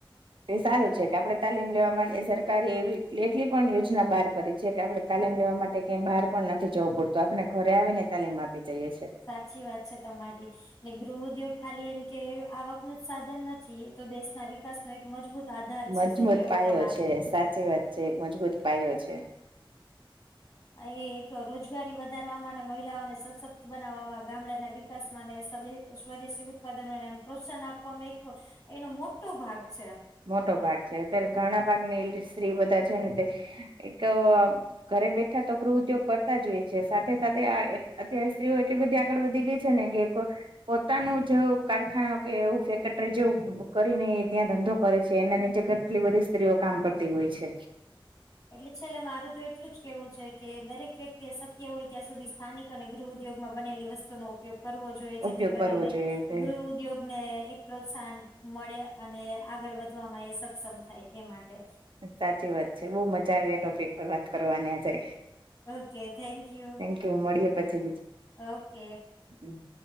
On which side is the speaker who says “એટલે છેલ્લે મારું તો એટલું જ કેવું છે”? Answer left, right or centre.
Left